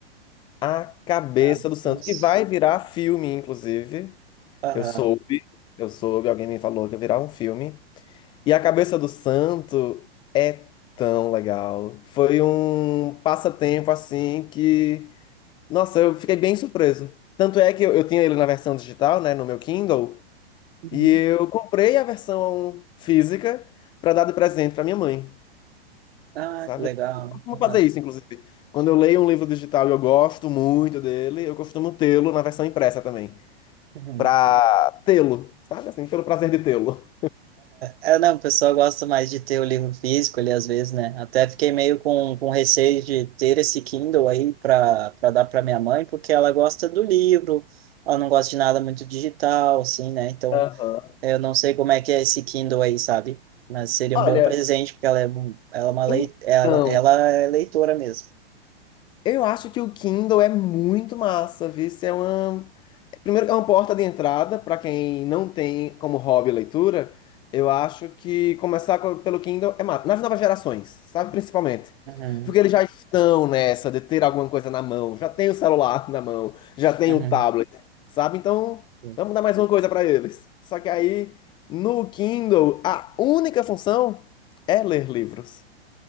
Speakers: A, on the left; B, on the right.
A: A Cabeça
B: Ah,
A: do Santo.
B: isso.
A: Que vai virar filme, inclusive.
B: Aham.
A: Eu soube. Eu soube, alguém me falou que ia virar um filme. E a cabeça do santo é tão legal. Foi um passatempo assim que, nossa, eu fiquei bem surpreso. Tanto é que eu, eu tinha ele na versão digital, né, no meu Kindle,
B: Uhum.
A: e eu comprei a versão física pra dar de presente pra minha mãe,
B: Ah,
A: sabe?
B: que legal.
A: Eu costumo
B: Aham.
A: fazer isso, inclusive. Quando eu leio um livro digital e eu gosto muito dele, eu costumo tê-lo na versão impressa também,
B: Uhum.
A: pra tê-lo, sabe assim, pelo prazer de tê-lo.
B: É, é, não, o pessoal gosta mais de ter o livro físico ali, às vezes, né? Até fiquei meio com, com receio de ter esse Kindle aí para para dar para minha mãe, porque ela gosta do livro, ela não gosta de nada muito digital, assim, né? Então,
A: Aham.
B: eu não sei como é que é esse Kindle aí, sabe? Mas seria
A: Olha,
B: um bom presente, porque ela é, um- ela é uma lei,
A: então.
B: ela, ela é leitora mesmo.
A: Eu acho que o Kindle é muito massa, viu? Isso é uma... Primeiro, é uma porta de entrada para quem não tem como hobby leitura. Eu acho que começar co- pelo Kindle é massa. Nas novas gerações, sabe? Principalmente.
B: Uhum,
A: Porque eles já estão nessa de ter alguma coisa na mão. Já tem o celular <laughs> na mão, já tem
B: uhum.
A: o tablet, sabe? Então,
B: Sim.
A: vamos dar mais uma coisa para eles. Só que aí, no Kindle, a única função é ler livros.